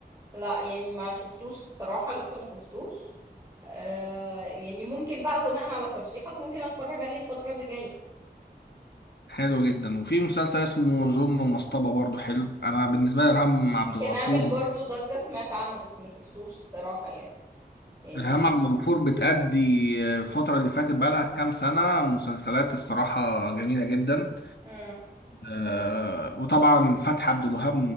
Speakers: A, on the right (about 20°); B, on the left (about 80°).
A: لا يعني ما شفتوش الصراحة لسه ما شفتوش آه يعني ممكن بقى بناء على ترشيحك ممكن اتفرج عليه الفترة اللي جاية
B: حلو جدا وفي مسلسل اسمه ظلم المصطبه برضو حلو انا بالنسبه لي ارهام عبد
A: كان
B: الغفور
A: عامل برضو ضجة سمعت عنه بس ما شفتوش الصراحة يعني يعني
B: ارهام عبد الغفور بتأدي آه، الفتره اللي فاتت بقى لها كام سنه مسلسلات الصراحه جميله جدا
A: امم
B: آه وطبعا فتحي عبد الوهاب